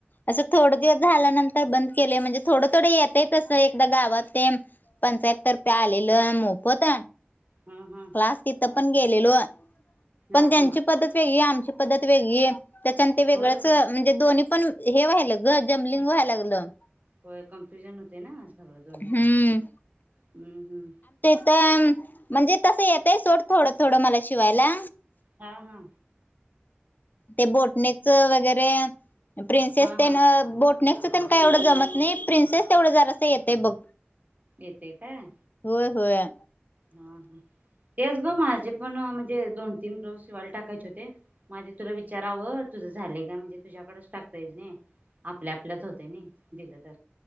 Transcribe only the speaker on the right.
हंहं,
हा
हा
होय होय
हो कन्फ्युजन होते ना, असगळं दोन्ही
पण हम हम,
हा हा,
हा हा
येते काय,
हा हा तेच ग माझे पण म्हणजे, दोन तीन ब्लाऊज शिवायला टाकायचे होते. माधी तुला विचारावं तुझं झालेय, काय म्हणजे तुझ्याकडच टाकता येईल नाही. आपल्या आपल्याच होते, नाही दिलं तर.